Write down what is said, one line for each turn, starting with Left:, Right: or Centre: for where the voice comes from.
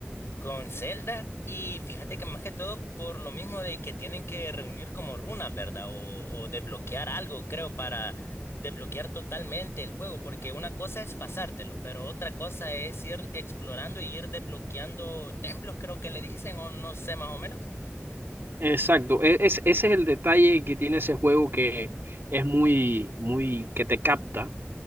Left: Con Zelda y fíjate que más que todo por lo mismo de que tienen que reunir como runas, ¿verdad? O, o desbloquear algo, creo, para desbloquear totalmente el juego, porque una cosa es pasártelo, pero otra cosa es ir explorando y ir desbloqueando templos, creo que le dicen, o no sé más o menos.
Right: Exacto, e- es, ese es el detalle que tiene ese juego que es muy, muy, que te capta,